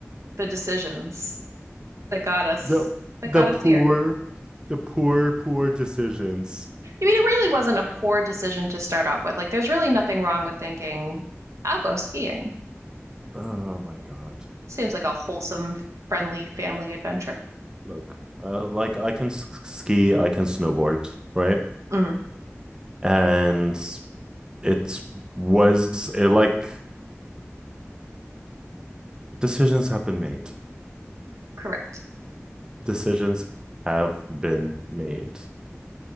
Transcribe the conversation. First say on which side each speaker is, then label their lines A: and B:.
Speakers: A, on the right; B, on the right.
A: the decisions that got us
B: The
A: that
B: the
A: got
B: poor,
A: us here.
B: the poor, poor decisions.
A: I mean, it really wasn't a poor decision to start off with. Like, there's really nothing wrong with thinking, I'll go skiing.
B: Oh my God.
A: Seems like a wholesome, friendly family adventure.
B: Look, uh, like I can s- ski, I can snowboard, right?
A: hmm
B: And it's was it, like decisions have been made.
A: correct.
B: decisions have been made.